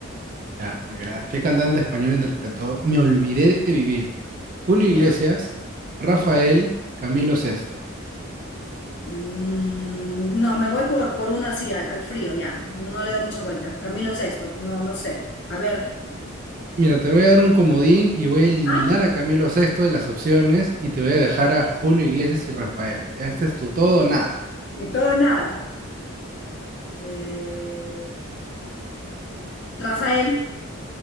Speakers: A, on the right (about 40°); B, on the left (about 55°).
A: Ya, mira, ¿qué cantante español interpretó Me olvidé de vivir? Julio
B: Ya.
A: Iglesias, Rafael, Camilo Sexto.
B: Mm, no, me voy por, por uno así, al, al frío, ya. No le doy mucha vuelta. Camilo Sexto, no, no sé. A ver.
A: Mira, te voy a dar un comodín y voy a eliminar
B: Ah,
A: a Camilo Sexto de las opciones y te voy a dejar a Julio Iglesias y Rafael. Ya este es tu todo o nada.
B: ni todo nada. Eh, Rafael.